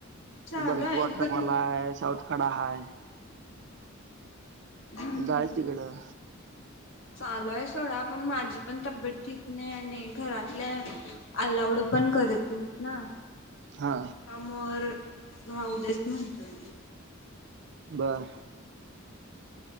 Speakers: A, on the left; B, on the right.
A: चालू
B: बडकी
A: आहे
B: वॉटरफॉल
A: पण
B: हाय, साऊथ खडा हाय
A: हम्म
B: धायच तिकडं.
A: चालू आहे सोडा, पण माझी पण तब्येत ठीक नाही आणि घरातल्या अल्लाऊड पण करत नाहीत ना?
B: हा
A: समो र राहुदेस म्हणतोय
B: बर.